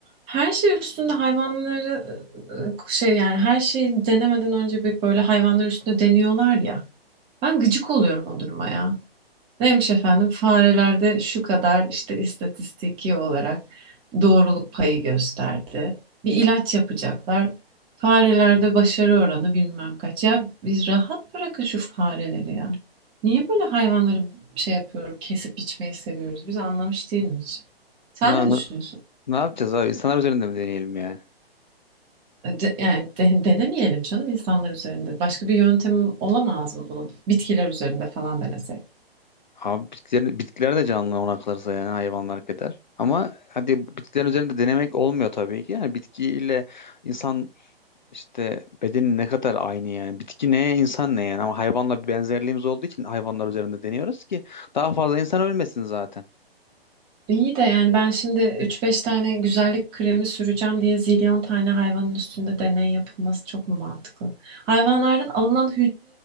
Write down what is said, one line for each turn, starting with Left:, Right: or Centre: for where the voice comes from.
Right: Her şey üstünde hayvanları e, şey yani her şeyi denemeden önce bir böyle hayvanlar üstünde deniyorlar ya. Ben gıcık oluyorum o duruma ya. Neymiş efendim farelerde şu kadar işte istatistiki olarak doğruluk payı gösterdi. Bir ilaç yapacaklar. Farelerde başarı oranı bilmem kaç. Ya biz rahat bırakın şu fareleri ya. Niye böyle hayvanları şey yapıyoruz, kesip biçmeyi seviyoruz? Biz anlamış değilim hiç. Sen
Left: Ne,
Right: ne
Left: ne,
Right: düşünüyorsun?
Left: ne yapacağız abi? İnsanlar üzerinde mi deneyelim yani?
Right: De- yani de- denemeyelim canım insanlar üzerinde. Başka bir yöntemim olamaz mı bunun? Bitkiler üzerinde falan denesek.
Left: Abi bitkiler, bitkiler de canlı ona kalırsa yani hayvanlar kadar. Ama hadi bitkilerin üzerinde denemek olmuyor tabii ki. Yani bitkiyle insan işte bedeni ne kadar aynı yani. Bitki ne, insan ne yani. Ama hayvanla bir benzerliğimiz olduğu için hayvanlar üzerinde deniyoruz ki daha fazla insan ölmesin zaten.
Right: İyi de yani ben şimdi üç beş tane güzellik kremi süreceğim diye zilyon tane hayvanın üstünde deney yapılması çok mu mantıklı? Hayvanların alınan